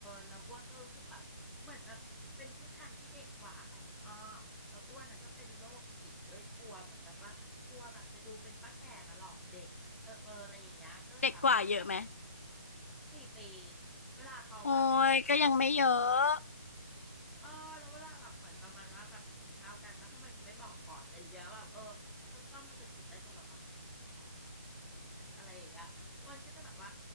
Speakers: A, in the centre; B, on the left.
A: แล้วอ้วนก็รู้สึกแบบเหมือนแบบเป็นผู้ชายที่เด็กกว่าอะคุณอ้อแล้วอ้วนอะก็เป็นโรคจิตเลยกลัวเหมือนแบบว่ากลัวแบบจะดูเป็นป้าแก่มาหลอกเด็กเออเอออะไรอย่างเงี้ยก็เลยแบบรู้สึกแบบ
B: เด็กกว่าเยอะไหม
A: สี่ปีเวลาเขาแบบ
B: โอ้ยก็ยังไม่เยอะ
A: เขา เออแล้วเวลาแบบเหมือนประมาณว่าแบบไปกินข้าวกันแล้วทำไมมึงไม่บอกก่อนอะไรอย่างเงี้ยแบบเออเขาก็จะชอบมาสะกิดใต้โตัวแบบว่าออกออกก่อนได้ไหมอะไรอย่างเงี้ยอ้วนก็จะแบบว่า